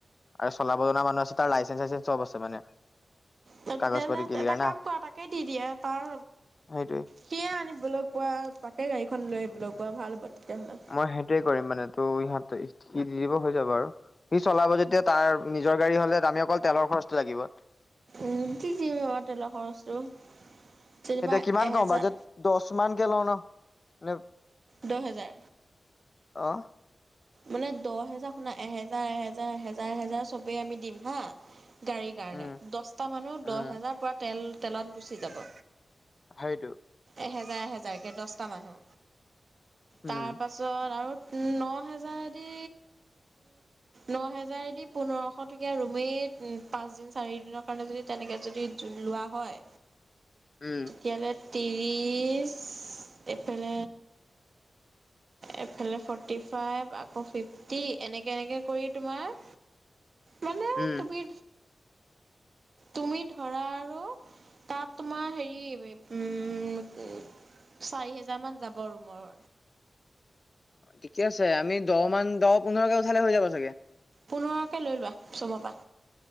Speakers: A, on the left; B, on the right.
A: আৰু চলাব জ মানুহ আছে তাৰ লাইচেন্ চাইচে চব আছে মানে
B: তেতিয়াহলে
A: কাগজ পাতি ক্লিয়াৰ
B: এটা
A: না
B: কাম কৰা তাকে দি দিয়ে তাৰ
A: সেইটোৱে
B: সিয়ে আনিবলৈ কোৱা তাকে গাড়ীখন লৈ আহিবলৈ প্ৰভ ভাল তেতিয়াহ'লে
A: মই সেইটোৱে কৰিম মানে। ত' ইহঁতে সি দি দিব হৈ যাব আৰু সি চলাব যেতিয়া তাৰ নিজৰ গাড়ী হ'লে আমি অকল তেলৰ খৰচটো লাগিব।
B: উম! কি কি তেলৰ খৰচটো? যেনিবা
A: এতিয়া কিমান
B: এহেজাৰ
A: কওঁ বাজেট দহ মানকে লও ন মানে?
B: দহ হেজাৰ
A: আহ!
B: মানে দহ হেজাৰ শুনা এহেজাৰ এহেজাৰ এ হেজাৰ এহেজাৰ চবেই আমি দিম হা গাড়ীৰ কাৰণে
A: উম
B: দহটা মানুহ দহ
A: উম
B: হেজাৰ পৰা তেল তেলত গুচি যাব
A: হয়টো
B: এহেজাৰ এহেজাৰকৈ দহটা মানুহ তাৰ
A: উম
B: পাছত আৰু ন হেজাৰদি ন হেজাৰদি পোন্ধৰশ টকীয়া ৰুমেই পাঁচদিন চাৰিদিনৰ কাৰণে যদি তেনেকৈ যদি লোৱা হয়।
A: উম
B: তেতিয়াহলে ত্ৰিছ এপ্ৰিল এইফালে ফৰ্টি ফাইভ আকৌ ফিফটি এনেকে এনেকে কৰি তোমাৰ মানে
A: উম
B: তুমি তুমি ধৰা আৰু তাত তোমাৰ হেৰি উম চাৰি হেজাৰ মান যাব আৰু মোৰ
A: অ ঠিকে আছে আমি দহ মান দহ পোন্ধৰ গ ালে হৈ যাব চাগে।
B: পোন্ধৰকে লৈ চাব পৰা।